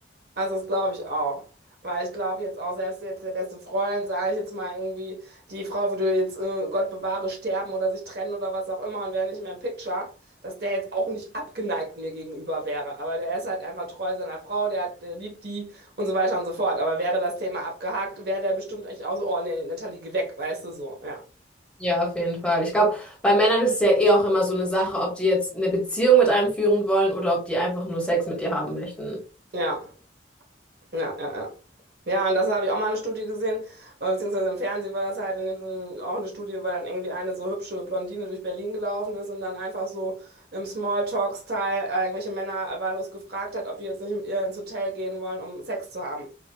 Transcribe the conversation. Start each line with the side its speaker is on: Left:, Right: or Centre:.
Right: also das glaube ich auch. Weil ich glaube jetzt auch, selbst jetzt der beste Freund, sage ich jetzt mal irgendwie, die Frau würde jetzt, äh, Gott bewahre, sterben oder sich trennen oder was auch immer und wäre nicht mehr im Picture, dass der jetzt auch nicht abgeneigt mir gegenüber wäre. Aber der ist halt einfach treu seiner Frau, der, hat, der liebt die und so weiter und so fort. Aber wäre das Thema abgehakt, wäre der bestimmt echt auch so, oh nee, Natalie, geh weg, weißt du so, ja.
Centre: Ja, auf jeden Fall. Ich glaube, bei Männern ist es ja eh auch immer so eine Sache, ob die jetzt eine Beziehung mit einem führen wollen oder ob die einfach nur Sex mit dir haben möchten.
Right: Ja. Ja, ja, ja. Ja, und das habe ich auch mal eine Studie gesehen, äh, beziehungsweise im Fernsehen war das halt in dem Sinne auch eine Studie, weil dann irgendwie eine so hübsche Blondine durch Berlin gelaufen ist und dann einfach so im Smalltalk-Style äh, irgendwelche Männer wahllos gefragt hat, ob die jetzt nicht mit ihr ins Hotel gehen wollen, um Sex zu haben.